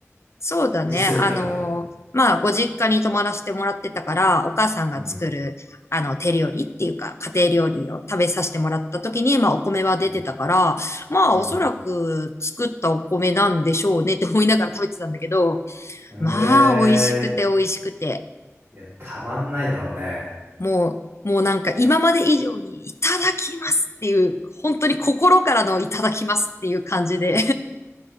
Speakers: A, on the left (about 60°); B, on the right (about 40°).
A: そうだね。
B: 実際に食べたり。
A: あのーまあ、ご実家に泊まらせてもらってたから、お母さんが作る、
B: うん、
A: あの、手料理っていうか、家庭料理を食べさせてもらった時に、まあ、お米は出てたから、
B: うん、
A: まあ、
B: うん。
A: おそらく作ったお米なんでしょうねって思いながら食べてたんだけど、
B: うえー。
A: まあ、美味しくて美味しくて、
B: いや、たまんないだろうね。
A: もう、もうなんか今まで以上にいただきますっていう、本当に心からのいただきますっていう感じで